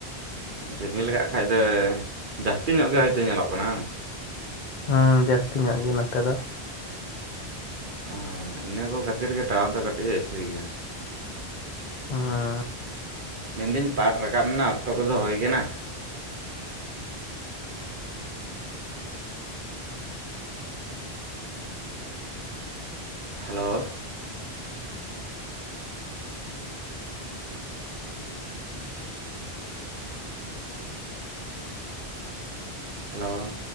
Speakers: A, on the right (about 55°); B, on the left (about 55°).
A: ᱨᱤᱢᱤᱞ ᱠᱟᱜ ᱠᱷᱟᱡ ᱫᱚ ᱡᱟᱹᱥᱛᱤ ᱧᱚᱜ ᱜᱮ ᱦᱳᱭᱛᱳ ᱧᱮᱞᱚᱜ ᱠᱟᱱᱟ?
B: ᱦᱮᱸ ᱡᱟᱹᱥᱛᱤ ᱧᱚᱜ ᱜᱮ ᱱᱚᱛᱮ ᱫᱚ,
A: ᱡᱟᱹᱥᱛᱤ ᱧᱟᱜ ᱜᱮ ᱱᱚᱛᱮ ᱫᱚ, ᱾ ᱚ ᱤᱱᱟᱹ ᱠᱚ ᱠᱷᱟᱹᱛᱤᱨ ᱜᱮ ᱴᱟᱣᱟᱨ ᱫᱚ ᱠᱟᱹᱴᱤᱡ ᱮ ᱤᱥᱩᱭ ᱜᱮᱭᱟ᱾
B: ᱦᱮᱸ
A: ᱢᱮᱱᱫᱟᱹᱧ ᱯᱟᱴᱷ ᱨᱟᱠᱟᱵ ᱨᱮᱱᱟᱜ ᱚᱠᱛᱚ ᱠᱚᱫᱚ ᱦᱩᱭ ᱠᱟᱱᱟ? Hello, hello,